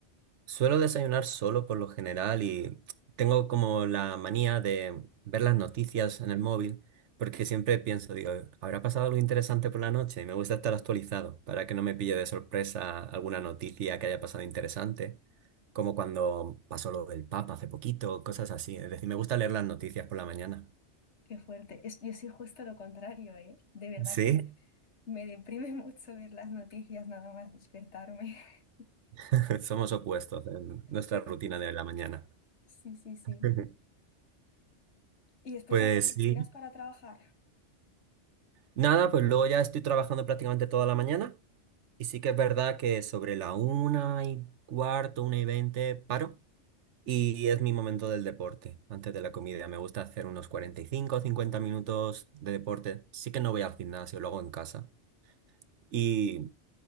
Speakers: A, on the right (about 75°); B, on the left (about 70°).
A: Suelo desayunar solo por lo general y tengo como la manía de ver las noticias en el móvil porque siempre pienso, digo, ¿habrá pasado algo interesante por la noche? Y me gusta estar actualizado para que no me pille de sorpresa alguna noticia que haya pasado interesante, como cuando pasó lo del Papa hace poquito, cosas así. Es decir, me gusta leer las noticias por la mañana.
B: Qué fuerte. Es, yo soy justo lo contrario, ¿eh? De verdad
A: Sí,
B: que me deprime <laughs> mucho ver las noticias nada más despertarme. <laughs>
A: <laughs> somos opuestos en nuestra
B: Sí,
A: rutina de la mañana.
B: sí, sí, sí.
A: <laughs>
B: Y después
A: Pues
B: ya que haces,
A: sí.
B: tiras para trabajar.
A: Nada, pues luego ya estoy trabajando prácticamente toda la mañana. Y sí que es verdad que sobre la una y cuarto, una y veinte, paro. Y es mi momento del deporte, antes de la comida. Me gusta hacer unos 45 o 50 minutos de deporte. Sí que no voy al gimnasio, lo hago en casa. Y,